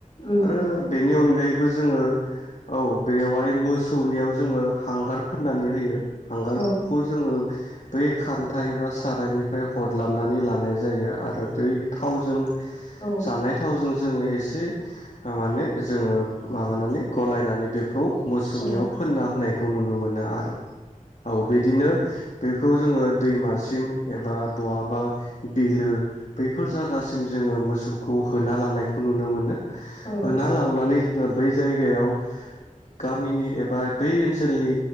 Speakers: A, on the left; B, on the left.
A: उम
B: आरो
A: नंगौ
B: बेनि अनगायै बो जोङो औ बेवहाय मोसौनियाव जोङो हांगार फोननानै होयो। हांगारफोरखौ
A: औ
B: जोङो बै खान्था एबा सारायनिफ्राय हर्लाबनानै लानाय जायो आरो दै थावजों
A: औ
B: जानाय थावजों जोङो एसे से माने जोङो माबानानै गलायनानै बेखौ मोसौनियाव
A: औ
B: फोनना होनाय खौ नुनो मोनो आरो। औ बिदिनो बे खौ जोङो दैमासिम एबा बहाबा बिलो बैफोर जागासिम जोङो मोसौखौ होना लांनायखौ नुनो मोनो।
A: औ
B: होना लांनानै जोङो बै जायगायाव गामिनि एबा बै ओनसोलनि